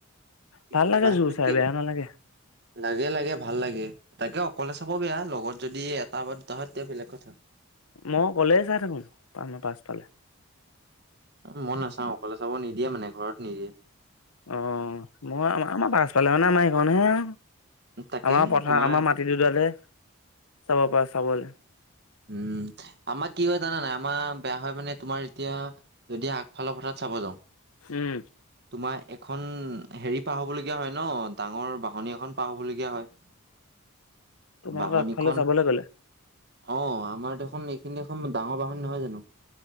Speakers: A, on the right; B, on the left.
A: ঠিকে
B: ভাল লাগে
A: ভাতটো
B: জোৰ চাই
A: কি
B: বেয়া নালাগে
A: লাগে লাগে ভাল লাগে তাকে অকলে চাব বেয়া লগত যদি এটা বাৰ দুটা হয় তেতিয়া বেলেগ কথা।
B: মই অকলে চাই থাকো আমাৰ পাছফালে।
A: মই নাচাওঁ অকলে চাব নিদিয়ে মানে ঘৰত নিদিয়ে।
B: অ মই আম আমাৰ পাছ ফালে মানে আমাৰ এইখন হে আও।
A: তাকেহে
B: আমাৰ পথাৰ
A: তোমাৰ
B: আমাৰ মাটি দুডালে। চাব পাৰা চাবলৈ।
A: উম আমাৰ কি হয় জানা নাই আমাৰ বেয়া হয় মানে তোমাৰ এতিয়া যদি আগফালৰ পথাত চাব যাওঁ
B: উম
A: তোমাৰ এখন হেৰি পাৰ হবলগীয়া হয় ন ডাঙৰ বাহনি এখন পাহ হবলগীয়া হয় <inaudible>
B: তোমালোকৰ
A: বাহনিখন
B: আগফালে চাবলৈ গ'লে
A: অ আমাৰ দেখোন এইখিনি এখন ডাঙৰ বাহনি নহয় জানা